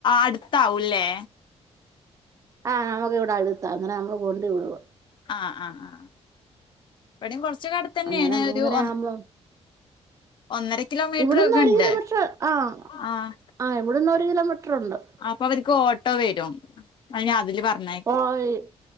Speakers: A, on the left; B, on the right.
A: അടുത്താവൂല്ലേ
B: ആഹ് അമക്ക് ഇവിടടുത്ത അങ്ങനെ നമ്മള് കൊണ്ട് വിടുവ
A: ആഹ് ആ ആ ഇവടിം കൊറച്ച്ക്കെ അടുത്തന്നേണ്
B: അന്നേരം മൂന്നര
A: ഒരു ഒ
B: ആവുമ്പോ
A: ഒന്നര കിലോമീറ്ററ്ക്കെണ്ട്
B: ഇവിടുന്ന് ഒരു കിലോമീറ്റർ ആഹ്
A: ആഹ്
B: ആഹ് ഇവിടുന്ന് ഒരു കിലോമീറ്റർ ഉണ്ട്
A: പ്പൊവര്ക്ക് ഓട്ടോ വരും അയ്നാ അതില് പറഞ്ഞെ
B: ഓയി